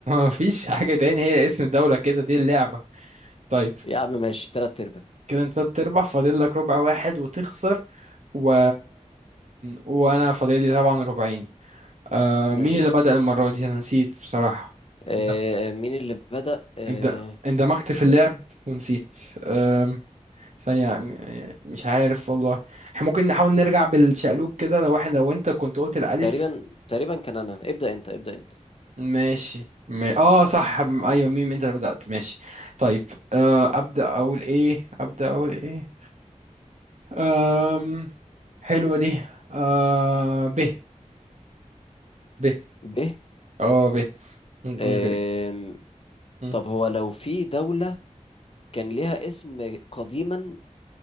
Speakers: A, on the right; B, on the left.
A: مفيش حاجة تاني هي اسم الدولة كده دي اللعبة طيب
B: يا عم ماشي تلات أرباع
A: كده أنت تربح فاضل لك ربع واحد وتخسر و... وأنا فاضل لي طبعا ربعين آه
B: ماشي
A: مين اللي بدأ المرة دي أنا نسيت بصراحة
B: آه،
A: اند-
B: آه، مين اللي بدأ آه،
A: اند- اندمجت في اللعب
B: ت-
A: ونسيت آم، ثانية م- مش عارف والله احنا ممكن نحاول نرجع بالشقلوب كده لو احنا لو انت كنت قلت الألف
B: تقريبا تقريبا كان أنا ابدأ أنت ابدأ أنت
A: ماشي ما... اه صح م- ايوه ميم انت اللي بدأت ماشي طيب آه أبدأ أقول ايه أبدأ أقول ايه آم... حلوة دي آه ب ب
B: ب
A: اه ب ممكن
B: آم،
A: كده. مم.
B: طب هو لو في دولة كان ليها اسم قديما